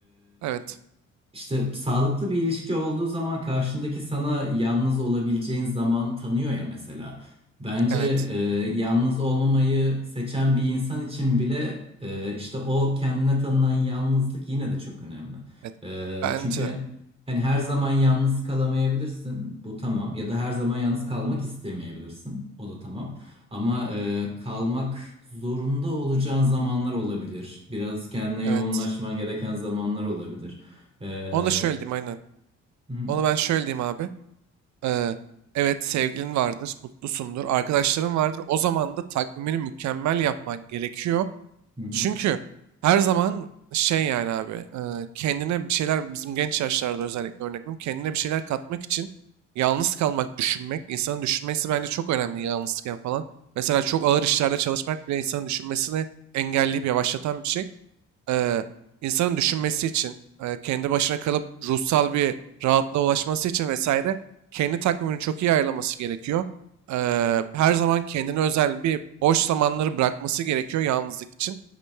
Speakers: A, on the right (about 70°); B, on the right (about 20°).
A: Evet.
B: İşte sağlıklı bir ilişki olduğu zaman karşındaki sana yalnız olabileceğin zaman tanıyor ya mesela. Bence
A: Evet.
B: e, yalnız olmamayı seçen bir insan için bile e, işte o kendine tanınan yalnızlık yine de çok önemli.
A: Evet.
B: E,
A: Bence
B: çünkü
A: de.
B: hani her zaman yalnız kalamayabilirsin, bu tamam. Ya da her zaman yalnız kalmak istemeyebilirsin, o da tamam. Ama e, kalmak zorunda olacağın zamanlar olabilir. Biraz kendine
A: Evet.
B: yoğunlaşman gereken zamanlar olabilir. Ee,
A: Onu da şöyle diyeyim aynen.
B: hı hı,
A: Onu ben şöyle diyeyim abi. Ee, evet sevgilin vardır, mutlusundur, arkadaşların vardır. O zaman da takvimini mükemmel yapman gerekiyor.
B: hı hı,
A: Çünkü her zaman şey yani abi e, kendine bir şeyler bizim genç yaşlarda özellikle örnek veriyorum. Kendine bir şeyler katmak için yalnız kalmak, düşünmek, insanın düşünmesi bence çok önemli yalnızken falan. Mesela çok ağır işlerde çalışmak bile insanın düşünmesini engelleyip yavaşlatan bir şey eee, insanın düşünmesi için, eee, kendi başına kalıp ruhsal bir rahatlığa ulaşması için vesaire kendi takvimini çok iyi ayarlaması gerekiyor. Eee, her zaman kendine özel bir boş zamanları bırakması gerekiyor yalnızlık için.